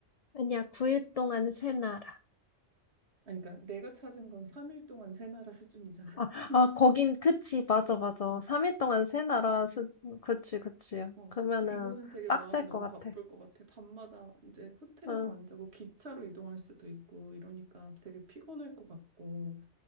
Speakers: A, on the left; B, on the right.
A: 아니야, 9일 동안 세 나라.
B: 아니, 그러니까 내가 찾은 건 3일 동안 세 나라 수준이잖아. <laughs>
A: 아, 아, 거긴, 그치, 맞아, 맞아.
B: 어,
A: 3일 동안 세 나라 수, 그치, 그치.
B: 어.
A: 그러면은
B: 그 이거는 되게
A: 빡셀
B: 마음이
A: 것
B: 너무
A: 같아.
B: 바쁠 것 같아. 밤마다 이제 호텔에서
A: 응,
B: 안 자고 기차로 이동할 수도 있고 이러니까 되게 피곤할 것 같고.